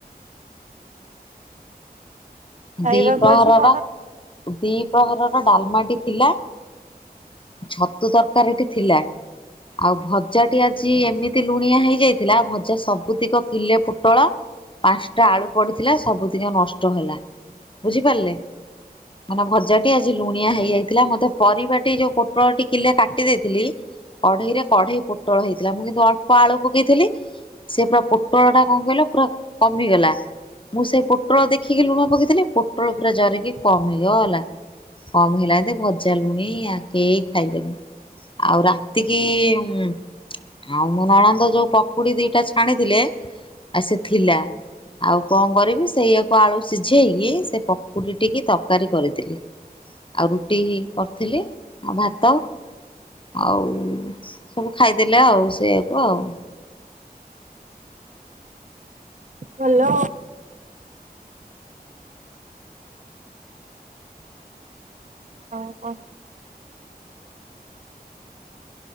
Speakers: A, on the right; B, on the left.
A: ଖାଇବାକୁ
B: ଦି ପ୍ରହରର
A: ଆଜି କଣ?
B: ଦି ପ୍ରହରର ଡାଲମାଟି ଥିଲା ଛତୁ ତରକାରୀଟି ଥିଲା ଆଉ ଭଜାଟି ଆଜି ଏମିତି ଲୁଣିଆ ହେଇଯାଇଥିଲା ଭଜା ସବୁତିକ ପିଲେ ପୋଟଳ ପାଞ୍ଚଟା ଆଳୁ ପଡିଥିଲା ସବୁଦିକା ନଷ୍ଟ ହେଲା। ବୁଝିପାରିଲେ ମାନେ ଭଜାଟି ଆଜି ଲୁଣିଆ ହେଇଯାଇଥିଲା ମତେ ପରିବାଟି ଯୋଉ ପୋଟଳ ଟି କିଲେ କାଟି ଦେଇଥିଲି କଢେଇରେ କଢେଇ ପୋଟଳ ହେଇଥିଲା ମୁଁ କିନ୍ତୁ ଅଳ୍ପ ଆଳୁ ପକେଇଥିଲି ସେ ପୁରା ପୋଟଳ ଟା କଣ କହିଲ ପୁରା କମିଗଲା ମୁଁ ସେଇ ପୋଟଳ ଦେଖିକି ଲୁଣ ପକେଇ ପୋଟୋଳ ପୁରା ଜରିକି କମ ହେଇଗଲା। କମ ହେଲା ଜଦି ଭଜା ଲୁଣିଆ କେହି ଖାଇଲେନି। ଆଉ ରାତିକି ଆଉ ମୋ ନଣନ୍ଦ ଯୋଉ ପକୁଡି ଦିଟା ଛାଣିଥିଲେ ଆ ସେ ଥିଲା ଆଉ କଣ କରିବି ସେଇଆକୁ ଆଳୁ ସି ଶିଝେଇକି ସେ ପକୁଡି ଟିକେ ତରକାରୀ କରିଦେଲି। ଆଉ ରୁଟି କରିଥିଲି ଆଉ ଭାତ ଆଉ ସବୁ ଖାଇଦେଲେ ଆଉ ସେଇଆକୁ ଆଉ।
A: ଭଲ। ଆଉ କ।